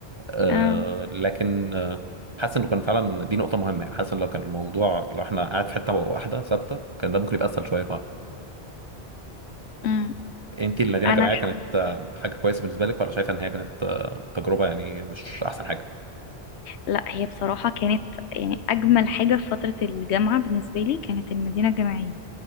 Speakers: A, on the right (about 40°); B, on the left (about 75°).
A: أه
B: اه
A: لكن آه، حاسس انه كان فعلا دي نقطه مهمه يعني حاسس ان لو كان الموضوع لو احنا قاعد في حته واحده ثابته كان ده ممكن يبقى اسهل شويه
B: امم
A: انت المدينه
B: انا
A: الجامعيه
B: ح-
A: كانت آه، حاجه كويسه بالنسبه لك ولا شايفه ان هي كانت آه، تجربه يعني مش احسن حاجه
B: لا هي بصراحة كانت يعني اجمل حاجة في فترة الجامعة بالنسبة لي كانت المدينة الجامعية